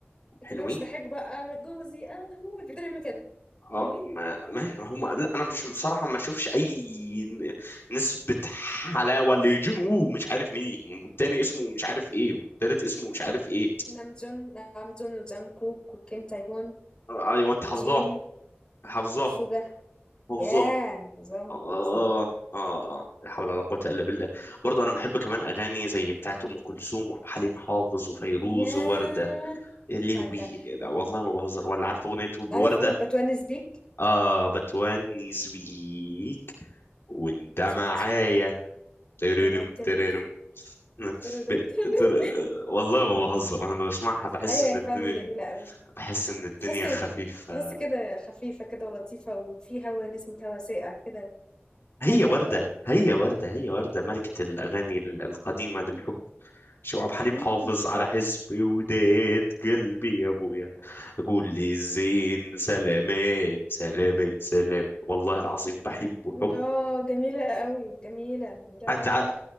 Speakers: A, on the left; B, on the left.
A: لكن
B: حلوين
A: بقى مش باحبه بقى جوزي أموت بيفضلوا يعملوا كده،
B: اه
A: حلوين
B: ما ما هم لا انا مش بصراحه ما اشوفش اي ن- نسبه حلاوه لجون وو مش عارف مين والتاني اسمه مش عارف ايه والتالت اسمه مش عارف ايه
A: نامجون نامجون وجانكوك وكيم تايهون
B: آه، ايوه انت
A: وجين
B: حافظاهم حافظاهم
A: سوجا
B: حافظاهم
A: ياه! حافظاهم،
B: اه
A: حافظاهم
B: اه اه لا حول ولا قوة الا بالله برضو انا بحب كمان اغاني زي بتاعت ام كلثوم وعبد الحليم حافظ وفيروز
A: ياه!
B: ووردة يا لهوي
A: جيت على الجرح
B: لا والله ما بهزر ولا عارف اغنية
A: عارف
B: وردة
A: أغنية باتونس بيك
B: اه بتونس بيك وانت معايا
A: تيك تيك
B: تررم
A: تراتات
B: تررم <laughs>
A: ترورم
B: ب...
A: ترورم
B: تر... والله ما بهزر انا لما بسمعها بحس
A: أيوه
B: ان
A: هي
B: الدنيا
A: فعلًا جميلة أوي،
B: بحس ان الدنيا
A: تحس
B: خفيفة
A: تحس كده خفيفة كده ولطيفة وفي هوا نسمة هوا ساقع كده،
B: هي
A: حاجة جميلة
B: وردة
A: أوي،
B: هي وردة هي وردة ملكة الاغاني القديمة للحب ماشي وعبد الحليم
A: إمم.
B: حافظ على حسبي وداد قلبي يا ابويا اقول لي الزين سلامات سلامات سلامات والله العظيم بحبه حب
A: اه جميلة قوي جميلة لا
B: انت ع...